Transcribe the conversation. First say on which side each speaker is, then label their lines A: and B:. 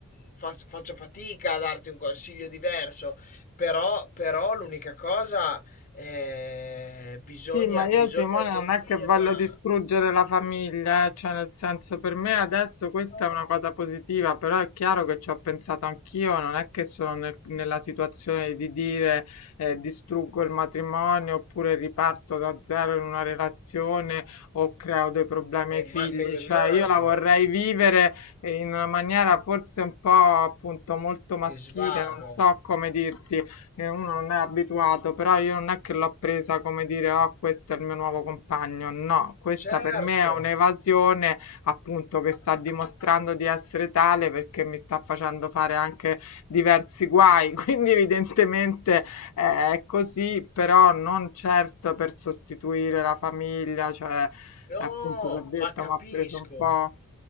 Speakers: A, on the left (about 35°); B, on the left (about 75°).
A: fa- faccio fatica a darti un consiglio diverso. Però, però l'unica cosa, eh, bisogna,
B: Sì, ma io
A: bisogna
B: Simone
A: gestirla.
B: non è che voglio distruggere la famiglia, eh, Cioè, nel senso, per me adesso questa
A: No.
B: è una cosa positiva, però è chiaro che ci ho pensato anch'io, non è che sono nel- nella situazione di dire eh, distruggo il matrimonio oppure riparto da zero in una relazione o creo dei problemi
A: Ma
B: ai figli,
A: imma- me lo
B: cioè
A: immagino,
B: io la vorrei vivere eh, in una maniera forse un po' appunto molto maschile,
A: di svago.
B: non so come dirti che uno non è abituato, però io non è che l'ho presa come dire, oh, questo è il mio nuovo compagno, no, questa
A: Certo,
B: per me è un'evasione appunto che sta dimostrando di essere tale perché mi sta facendo fare anche diversi guai, <laughs> quindi evidentemente eh, è così, però non certo per sostituire la famiglia, cioè
A: no,
B: appunto ti ho detto,
A: ma capisco.
B: mi ha preso un po'